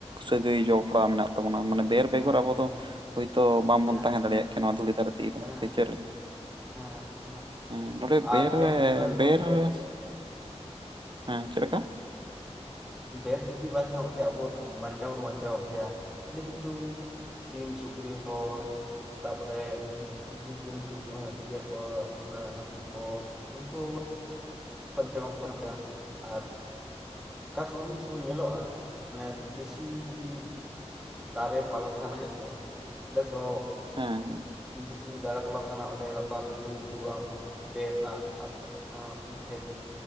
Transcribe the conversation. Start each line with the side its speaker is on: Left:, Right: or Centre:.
Right: ᱥᱟᱹᱜᱟᱹᱭ ᱡᱚᱯᱲᱟᱣ ᱢᱮᱱᱟᱜ ᱛᱟᱵᱚᱱᱟ᱾ ᱢᱟᱱᱮ ᱵᱮᱨ
Centre: ᱦᱮᱸ
Right: ᱵᱮᱜᱚᱨ ᱟᱵᱚ
Centre: ᱦᱮᱸ
Right: ᱫᱚ ᱦᱳᱭᱛᱳ ᱵᱟᱝᱵᱚᱱ
Centre: ᱦᱮᱸ
Right: ᱛᱟᱦᱮᱸ ᱫᱟᱲᱮᱭᱟᱜ ᱠᱮ ᱱᱚᱣᱟ ᱫᱷᱩᱲᱤ ᱫᱷᱟᱨᱛᱤ ᱨᱮ
Centre: ᱦᱮᱸ
Right: ᱥᱮ ᱪᱮᱞ
Centre: ᱦᱮᱸ
Right: ᱦᱮᱸ ᱱᱚᱰᱮ ᱵᱮᱨᱮ
Centre: ᱟᱨ ᱵᱮᱨ ᱡᱩᱫᱤ ᱵᱟᱭ ᱛᱟᱦᱮᱸ
Right: ᱵᱮᱨ
Centre: ᱠᱚᱜ ᱠᱮᱭᱟ
Right: ᱦᱮᱸ ᱦᱮᱸ ᱪᱮᱫ ᱞᱮᱠᱟ
Centre: ᱵᱮᱫ ᱡᱩᱫᱤ ᱵᱟᱭ <unintelligible> ᱵᱟᱧᱪᱟᱣ ᱵᱚᱱ ᱵᱟᱧᱪᱟᱣᱜ ᱠᱮᱭᱟ ᱟᱹᱰᱤ ᱠᱤᱪᱷᱩ ᱥᱤᱢ ᱥᱩᱠᱨᱤ ᱦᱚᱲ ᱠᱚᱨᱮᱫ ᱡᱤᱵᱽ ᱡᱚᱱᱛᱩ ᱤᱭᱟᱹ ᱠᱚ ᱦᱟᱹᱛᱤ ᱠᱚ ᱩᱱᱠᱩ <unintelligible> ᱦᱟᱛᱟᱭᱟ ᱟᱨ ᱠᱟ ᱥᱚᱢᱚ ᱢᱤ ᱥᱚᱢᱚᱭ ᱧᱮᱞᱚᱜᱼᱟ ᱢᱟᱱᱮ ᱵᱮᱥᱤ ᱡᱩᱫᱤ ᱫᱟᱨᱮ ᱯᱟᱞᱦᱟᱱ ᱦᱮᱸ ᱥᱮ ᱚᱸᱰᱮ ᱥᱚ
Right: ᱦᱮᱸ
Centre: ᱵᱮᱥᱤ ᱫᱟᱨᱮ ᱯᱟᱞᱦᱟ ᱛᱟᱦᱮᱱᱟ ᱚᱰᱮᱸ ᱞᱟᱛᱟᱨ ᱨᱮ ᱡᱩᱤᱢ ᱫᱩᱲᱩᱵᱼᱟᱢ ᱵᱮᱨ ᱨᱮᱱᱟᱜ ᱟᱫᱷᱮᱠ